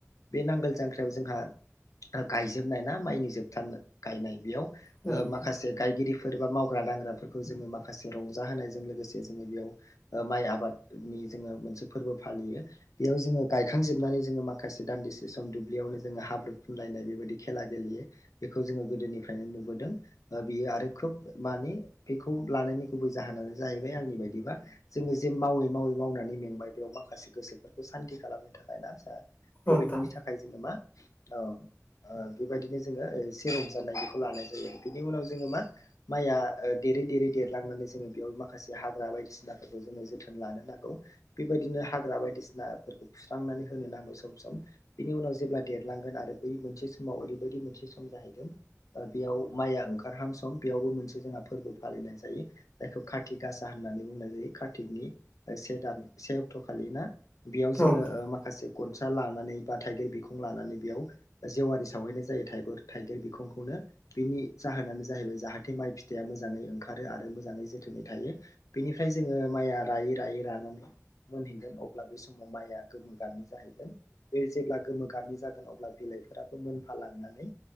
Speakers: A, on the left; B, on the left.
A: बे नांगोल जांख्रायाव जोंहा। गायजोबनाय ना माइनि जोबथानो गायनाय, बेयाव
B: औ
A: ओ
B: नोंथां औ नोंथां
A: माखासे गायगिरिफोर बा माव। मावग्रा दांग्राफोरखौ जोङो माखासे रंजा होनायजों लोगोसे जोङो बेयाव ओ माइ आबाद नि जोङो। मोनसे फोरबो फालियो, बेयाव जोङो गायखांजोबनानै जोङो माखासे दान्दिसे सम दुब्लियावनो जोङो हाब्रु। खुनलायनाय बेबायदि खेला गेलेयो, बेखौ जोङो गोदोनिफ्रायनो नुबोदों, ओ बियो आरो खोब। मानेि, बेखौ लानायनि गुबै जाहोनानो जाहैबाय आंनि बायदिबा जोङो जे मावै मावै मावनानै। मेंबाय, बेयाव माखासे गोसोफोरखौ सान्तथि खालामनो थाखाय ना- सा, बेबायदिनि
B: औ नोंथां
A: थाखाय जोङो मा? ओ। ओ, बेबायदिनो जोङो एसे रं जानाय बेखौ लानाय जायो आरो, बिनि उनाव जोङो मा माइया दे। देरै-देरै देरलांनानै जोङो बेयाव माखासे हाग्रा बायदिसिनाफोरखौ जोङो जोथोन लानो नांगौ। बेबायदिनो हा। हाग्रा बायदिसि ना फोरखौ फुस्रांनानै होनो नांगौ सम-सम, बिनि उनाव जेब्ला देर। लांगोन आरो बै मोनसे समाव ओरैबायदि मोनसे सम जाहैगोन, ओ बेयाव माइया ओंखारहां सम बेयाव। गु मोनसे जोंहा फोरबो फालिनाय जायो। जायखौ खाथिगासा होननानै बुंनाय जायो। खाथिगनि ओ से। दान से अक्ट' खालि ना, बेयाव जोङो
B: औ
A: ओ माखासे गनसा लानानै बा, थाइगिर बिखुं लानानै। एयाव जेवारि सावहैनाय जायो। थाइगुर थाइगेर बिखंखौनो, बिनि जाहोनानो जाहैबाय जाहाथे माइनि। माइ फिथाइया मोजाङै ओंखारो आरो मोजाङै जोथोनै थायो। बेनिफ्राय जोङो माइया रायै रायै रानानै। मोनहैगोन। अब्ला बे समाव माइआ गोमो गाबनि जाहैगोन। बे जेब्ला गोमो गाबनि जागोन। अब। अब्ला बिलाइफोराबो मोनफालांनानै।